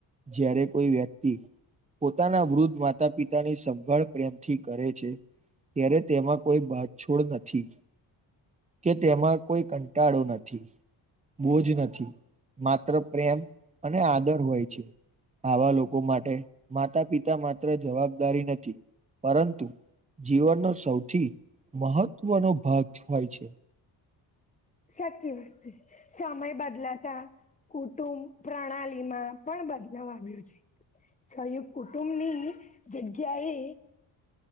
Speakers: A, on the right; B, on the left.
A: જ્યારે કોઈ વ્યક્તિ. પોતાના વૃદ્ધ માતા પિતાની સંભાળ પ્રેમથી કરે છે. ત્યારે તેમાં કોઈ બાધ છોડ ન થી કે તેમાં કોઈ કંટાળો નથી બોજ નથી માત્ર પ્રેમ અને આદર હોય છે. આવા લોકો માટે માતા પિતા માત્ર જવાબદારી નથી પરંતુ જીવનનો સૌથી મહત્વનો ભાગ છ હોય છે.
B: સાચી વાત છે સમય બદલાતા કુટુંબ પ્રણાલી માં પણ બદલાવ આવ્યો છે. સંયુક્ત કુટુંબ ની જગ્યાએ